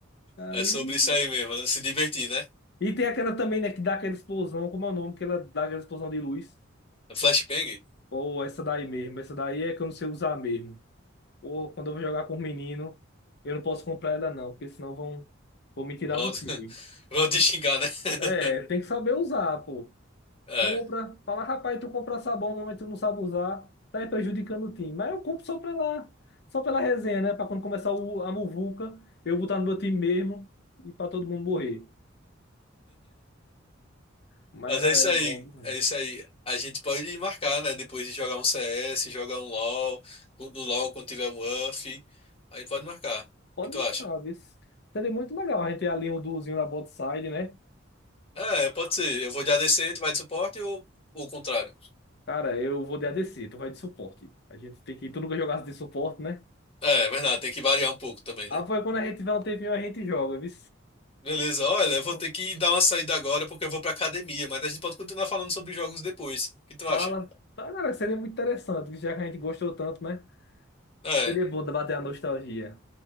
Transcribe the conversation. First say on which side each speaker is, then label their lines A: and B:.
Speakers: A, on the left; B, on the left.
A: Ali.
B: É sobre isso aí mesmo, se divertir, né?
A: E tem aquela também, né, que dá aquela explosão, como é o nome, que ela dá aquela explosão de luz.
B: Flashbang?
A: Ou essa daí mesmo. Essa daí é que eu não sei usar mesmo. Ou quando eu vou jogar com o menino, eu não posso comprar ela não, porque senão vão, vão me tirar
B: Vão,
A: do time.
B: <laughs> vão te xingar, né? <laughs>
A: É, tem que saber usar, pô.
B: É,
A: compra, fala, rapaz, tu compra sabão, mesmo, mas tu não sabe usar, tá aí prejudicando o time. Mas eu compro só pela, só pela resenha, né? Pra quando começar o- a muvuca, eu botar no meu time mesmo e pra todo mundo morrer. Mas
B: mas
A: era,
B: é isso
A: era
B: aí,
A: bom demais.
B: é isso aí. A gente pode marcar, né? Depois de jogar um CS, jogar um LoL, no no LoL quando tiver um UF, aí pode marcar.
A: Pode
B: O que tu
A: marcar,
B: acha?
A: viu? Seria muito legal a gente ter ali um duozinho na bot side, né?
B: É, pode ser. Eu vou de ADC, tu vai de suporte ou ou o contrário?
A: Cara, eu vou de ADC, tu vai de suporte. A gente tem que. Tu nunca jogasse de suporte, né?
B: É, é verdade, tem que variar um pouco também,
A: Ah,
B: né?
A: foi quando a gente tiver um tempinho, a gente joga, viu?
B: Beleza, olha, eu
A: Então,
B: vou ter que dar uma saída agora porque eu vou pra academia, mas a gente pode continuar falando sobre jogos depois. O que tu
A: fala.
B: acha?
A: Tá, cara, seria muito interessante, já que a gente gostou tanto, né?
B: É,
A: Seria bom bater a nostalgia.